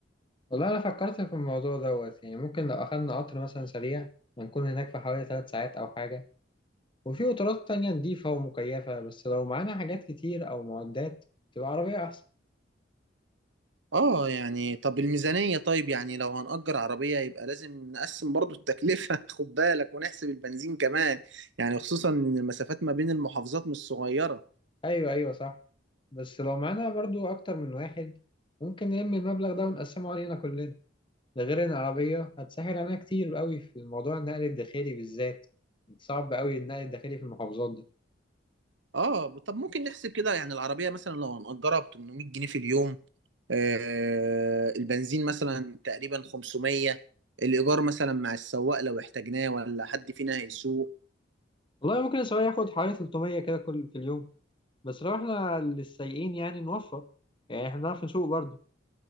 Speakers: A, on the left (about 25°); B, on the right (about 80°).
A: والله انا فكرت في الموضوع دوت يعني ممكن لو اخدنا قطر مثلا سريع هنكون هناك في حوالي ثلاث ساعات او حاجه وفي قطارات تانية نضيفة ومكيفة بس لو معانا حاجات كتير أو معدات تبقى عربية أحسن.
B: اه يعني طب الميزانية طيب يعني لو هنأجر عربية يبقى لازم نقسم برضو التكلفة <laughs> خد بالك ونحسب البنزين كمان يعني خصوصا إن المسافات ما بين المحافظات مش صغيرة
A: ايوه ايوه صح بس لو معانا برضو اكتر من واحد ممكن نلم المبلغ ده ونقسمه علينا كلنا ده غير ان العربيه هتسهل علينا كتير قوي في موضوع النقل الداخلي بالذات صعب قوي النقل الداخلي في المحافظات دي
B: اه طب ممكن نحسب كده يعني العربية مثلا لو هنأجرها ب 800 جنيه في اليوم آه، البنزين مثلا تقريبا 500 الإيجار مثلا مع السواق لو احتاجناه ولا حد فينا هيسوق
A: والله ممكن السواق ياخد حوالي 300 كده كل في اليوم بس لو احنا للسايقين يعني نوفر يعني احنا بنعرف نسوق برضو